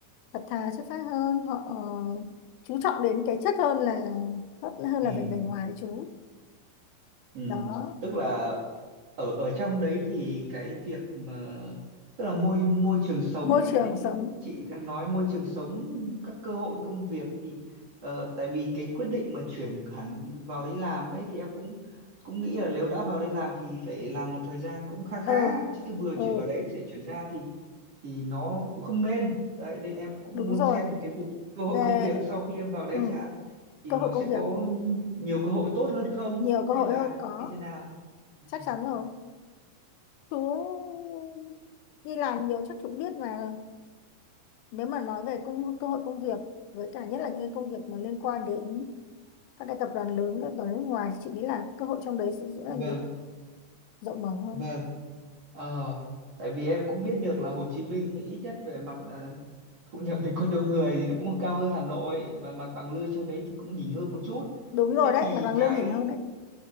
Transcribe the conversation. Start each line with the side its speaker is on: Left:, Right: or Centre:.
Left: thật thà chất phác hơn họ ờ, chú trọng đến cái chất hơn là hơn
Right: Ừ,
Left: là vẻ bề ngoài đấy chú
Right: ừ.
Left: đó
Right: Tức là ở ở trong đấy thì cái việc mà tức là môi môi trường sống
Left: môi
Right: ấy
Left: trường
Right: thì
Left: sống
Right: theo chị đang nói môi trường sống các cơ hội công việc thì ờ, tại vì cái quyết định mà chuyển hẳn vào đấy làm ấy thì em cũng cũng nghĩ là nếu đã vào đây làm thì phải làm một thời gian cũng kha khá
Left: ừ
Right: chứ vừa
Left: ừ
Right: chuyển vào đấy thì lại chuyển ra thì thì nó cũng không nên đấy nên em cũng
Left: đúng
Right: muốn
Left: rồi
Right: xem là cái bộ cơ hội
Left: về
Right: công việc sau khi em vào đấy
Left: ừ,
Right: chẳng hạn thì
Left: cơ
Right: nó
Left: hội
Right: sẽ
Left: công việc
Right: có nhiều cơ hội tốt hơn không
Left: nhiều
Right: hay
Left: cơ hội
Right: là
Left: hơn có
Right: như thế nào À,
Left: chắc chắn rồi chú đi làm nhiều chắc chú cũng biết là nếu mà nói về công cơ hội công việc với cả nhất là những cái công việc mà liên quan đến các cái tập đoàn lớn các tập đoàn nước ngoài thì chị nghĩ là cơ hội trong đấy sẽ rất
Right: vâng
Left: là nhiều rộng mở hơn
Right: vâng ờ tại vì em cũng biết được là Hồ Chí Minh ít nhất về mặt ờ, thu nhập bình quân đầu người thì nó cũng cao hơn Hà Nội và mặt bằng lương trong đấy thì cũng nhỉnh hơn một chút
Left: đúng rồi
Right: thế
Left: đấy
Right: thì
Left: mặt bằng
Right: cái
Left: lương nhìn hơn đấy